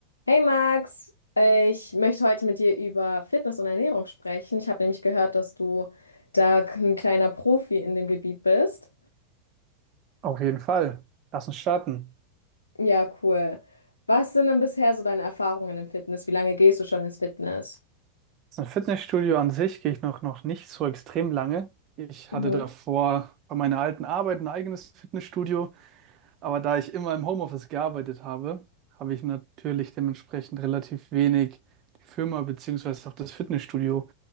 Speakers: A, on the left; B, on the right.
A: Hey Max, äh, ich möchte heute mit dir über Fitness und Ernährung sprechen. Ich habe nämlich gehört, dass du da ein kleiner Profi in dem Gebiet bist.
B: Auf jeden Fall. Lass uns starten.
A: Ja, cool. Was sind denn bisher so deine Erfahrungen im Fitness? Wie lange gehst du schon ins Fitness?
B: Das Fitnessstudio an sich gehe ich noch, noch nicht so extrem lange. Ich
A: Mhm,
B: hatte davor bei meiner alten Arbeit ein eigenes Fitnessstudio, aber da ich immer im Homeoffice gearbeitet habe, habe ich natürlich dementsprechend relativ wenig die Firma beziehungsweise auch das Fitnessstudio